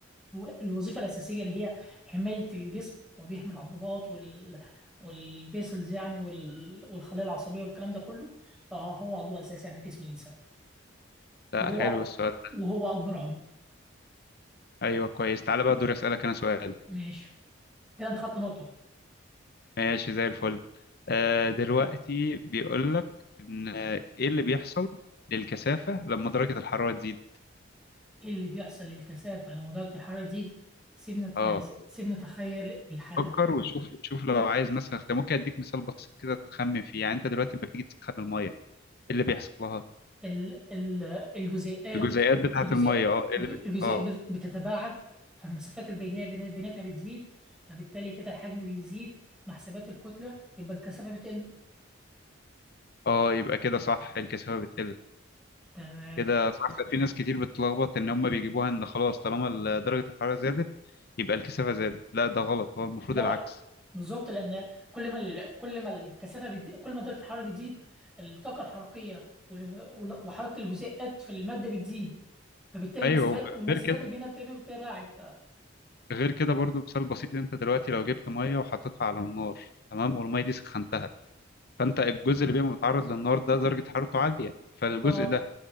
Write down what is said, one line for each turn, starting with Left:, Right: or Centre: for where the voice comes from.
Centre: الوظيفه الاساسيه اللي هي حمايه الجسم وبيحمي العضلات وال والفيسلز يعني وال... والخلايا العصبيه والكلام ده كله فهو عضو اساسي يعني في جسم الانسان
Left: لا
Centre: وهو
Left: حلو السؤال ده
Centre: وهو اكبر عضو
Left: أيوه كويس تعالى بقى دوري أسألك أنا سؤال
Centre: ماشي كده انت خدت نقطه
Left: ماشي زي الفل آه، دلوقتي بيقول لك إن آه، إيه اللي بيحصل للكثافة لما درجة الحرارة تزيد
Centre: ايه اللي بيحصل للكثافة لما درجة الحرارة تزيد سيبنا
Left: اه
Centre: يعني سيبنا نتخيل الحالة
Left: فكر وشوف شوف لو عايز مثلا اختيار ممكن اديك مثال بسيط كده تخمن فيه يعني انت دلوقتي لما بتيجي تسخن الميه ايه اللي بيحصل لها
Centre: ال ال الجزيئات
Left: الجزيئات بتاعه
Centre: الجزيء
Left: الميه اه ايه
Centre: الج-
Left: اللي بي...
Centre: الجزيئات
Left: اه
Centre: بت- بتتباعد فالمسافات البينية بين- بيناتها بتزيد فبالتالي كده الحجم بيزيد مع حسابات الكتلة يبقى الكثافة بتقل
Left: اه يبقى كده صح الكثافه بتقل
Centre: تمام
Left: كده صح في ناس كتير بتتلخبط ان هم بيجيبوها ان خلاص طالما ال- درجه الحراره زادت يبقى الكثافه زادت لا ده غلط هو المفروض
Centre: لا
Left: العكس
Centre: لا بالظبط لأن كل ما ال- كل ما الكثافة بتزيد كل ما درجة الحرارة بتزيد الطاقة الحركية و- وحركة الجزيئات في المادة بتزيد فبالتالي
Left: ايوه
Centre: المسافات
Left: وف-
Centre: والمسافات
Left: غير كده
Centre: البينية بتتباعد
Left: غير كده برضو مثال بسيط انت دلوقتي لو جبت ميه وحطيتها على النار تمام والميه دي سخنتها فانت الجزء اللي بيبقى متعرض للنار ده درجه حرارته عاليه فالجزء
Centre: اه
Left: ده